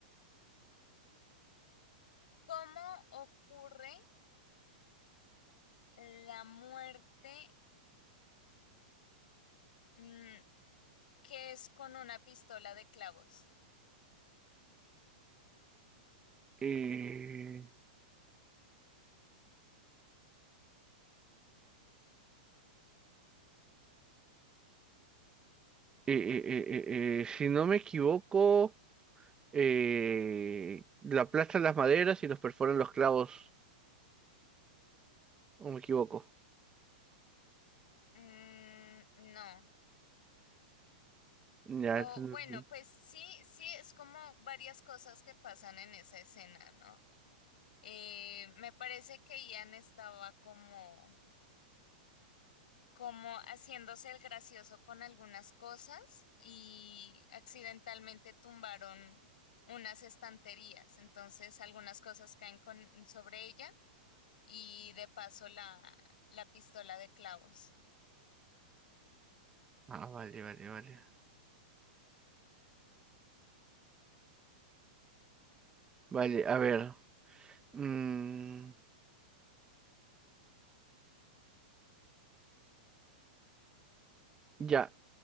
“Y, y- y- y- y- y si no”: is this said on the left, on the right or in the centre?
Right